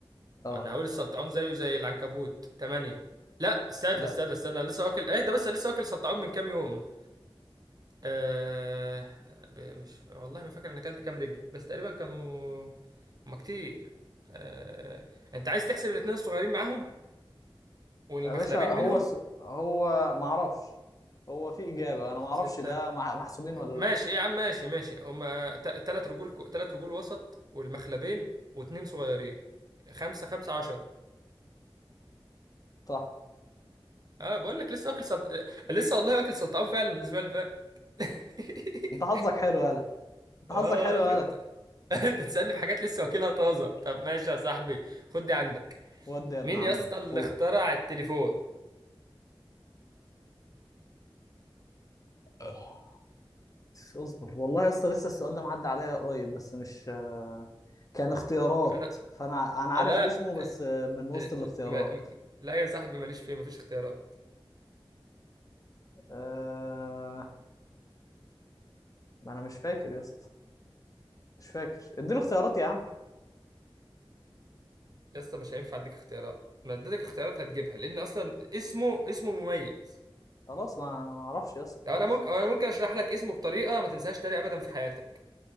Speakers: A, on the left; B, on the right.
A: اه
B: وانا هقول السلطعون زيه زي العنكبوت تمانية لا استنى
A: لا
B: استنى استنى أنا لسه واكل ايه ده بس أنا لسه واكل سلطعون من كام يوم أه... ب- مش والله ما فاكر انا اكلت كام رجل بس تقريبا كانوا هما كتير أه... انت عايز تحسب الاتنين الصغيرين معاهم والمخلبين
A: يا باشا هو
B: منهم
A: س... هو ما اعرفش هو في إجابة
B: خمسة
A: انا ما اعرفش
B: ستة
A: ده مع... محسوبين ولا
B: ماشي
A: لا
B: يا عم ماشي ماشي هما ت- تلات رجول كو- تلات رجول وسط والمخلبين واتنين صغيرين خمسة خمسة عشرة
A: صح
B: اه بقول لك لسه واكل سلط... لسه والله واكل سلطعون فعلا الأسبوع اللي فات <laughs>
A: انت حظك حلو يالا انت
B: اه
A: حظك حلو يالا
B: شفت <laughs> انت تسألني في حاجات لسه واكلها طازة طب ماشي يا صاحبي خد دي عندك
A: ودي يا ابن
B: مين
A: عمي
B: يا اسطى اللي
A: هو
B: اخترع التليفون
A: آه... اصبر والله يا اسطى لسه السؤال ده معدي عليا قريب بس مش كان اختيارات
B: انا
A: فانا انا عارف
B: لا
A: اسمه بس من وسط
B: ال-
A: الاختيارات
B: م- لا يا صاحبي ماليش فيه مفيش اختيارات
A: أه... ما انا مش فاكر يا اسطى مش فاكر اديني اختيارات يا عم
B: يا اسطى مش هينفع اديك اختيارات ما اديتك اختيارات هتجيبها لان اصلا اسمه اسمه مميز
A: خلاص ما ما اعرفش يا اسطى
B: طب
A: خلاص
B: انا ممكن انا ممكن اشرح لك اسمه بطريقه ما تنساهاش تاني ابدا في حياتك